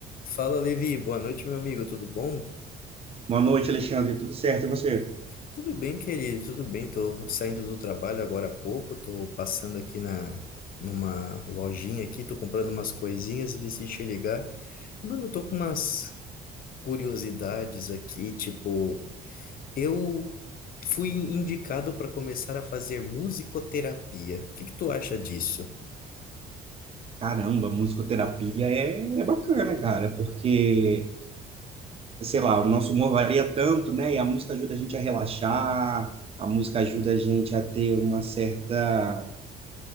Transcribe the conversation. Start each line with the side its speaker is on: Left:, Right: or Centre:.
Left: Fala, Levi. Boa noite, meu amigo. Tudo bom?
Right: Boa noite, Alexandre. Tudo certo? E você?
Left: Tudo bem, querido. Tudo bem. Tô saindo do trabalho agora há pouco. Tô passando aqui na numa lojinha aqui, tô comprando umas coisinhas e decidi te ligar. Mano, eu tô com umas curiosidades aqui, tipo, eu fui indicado para começar a fazer musicoterapia. O que que tu acha disso?
Right: Caramba, musicoterapia é, é bacana, cara, porque, sei lá, o nosso humor varia tanto, né? E a música ajuda a gente a relaxar, a música ajuda a gente a ter uma certa.